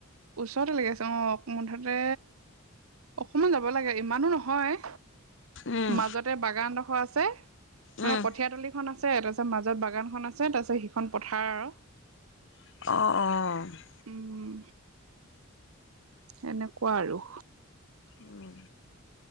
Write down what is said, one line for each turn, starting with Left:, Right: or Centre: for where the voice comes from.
Right: ওচৰতে লাগি আছে অ, মুঠতে অকমান যাব লাগে ইমানো নহয়।
Left: উম
Right: মাজতে বাগানডোখৰ আছে
Left: উম
Right: মানে কঠিয়া তলিখনত আছে তাৰছত মাজত বাগানখন আছে তাৰপিছত সিখন পথাৰ আৰু।
Left: অ', অ',
Right: উম, সেনেকুৱা আৰু।
Left: উম,